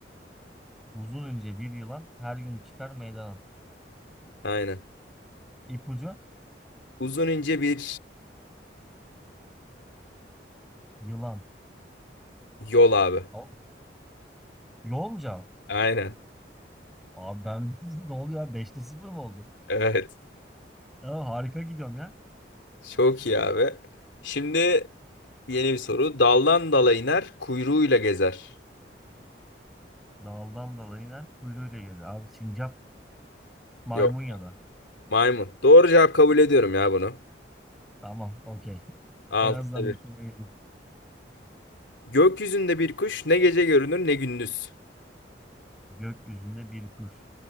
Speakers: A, in the centre; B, on the left.
A: Uzun ince bir yılan her gün çıkar meydana.
B: Aynen.
A: İpucu
B: Uzun ince bir
A: yılan.
B: yol abi.
A: Tamam. Yol mu cevap?
B: Aynen.
A: Abi ben <laughs> ne oluyor abi? 5'te 0 mı oldu?
B: Evet.
A: Ya harika gidiyorum ya.
B: Çok iyi abi. Şimdi Yeni bir soru. Daldan dala iner, kuyruğuyla gezer.
A: Daldan dala iner kuyruğuyla gelir. Abi sincap maymun
B: Yok.
A: ya da.
B: Maymun. Doğru cevap kabul ediyorum ya bunu.
A: Tamam okey. <laughs>
B: Altı.
A: En azından
B: bir.
A: bir tane bildik.
B: Gökyüzünde bir kuş ne gece görünür ne gündüz.
A: Gökyüzünde bir kuş.